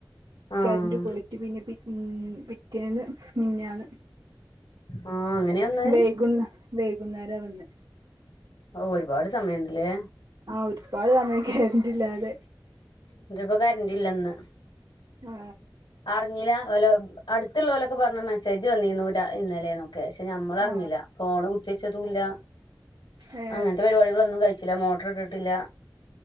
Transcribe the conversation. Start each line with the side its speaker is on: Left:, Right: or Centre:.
Left: ആഹ്
Right: കെര്ന്റ് പോയിട്ട് പിന്നെ പിൻ പിറ്റേന്ന് മിഞ്ഞാന്ന്
Left: ആഹ് അങ്ങനെയാ വന്നത്
Right: വെയ്കുന്ന് വെയ്കുന്നേര വന്ന്
Left: ഔ ഒരുപാട് സമയണ്ട്ലേ
Right: ആഹ് ഒരു സ്പാട് സമയം കരന്റില്ലാതെ
Left: ഇന്നട്ട്പ്പൊ കരന്റില്ലന്ന്
Right: ആ,
Left: അർഞ്ഞില ഓല അടുത്ത്ള്ളോലൊക്ക പറ്ഞ്ഞു മെസ്സേജ് വന്നീന്നു രാ ഇന്നലേന്നൊ പക്ഷെ ഞമ്മളർഞ്ഞില
Right: ആ,
Left: ഫോണ് കുത്തീച്ചതൂല്ല
Right: ഏ,
Left: അങ്ങൻത്തെ പരിപാടികളൊന്നും കഴി ച്ചില മോട്ട്ര് ഇട്ട്ട്ടില്ല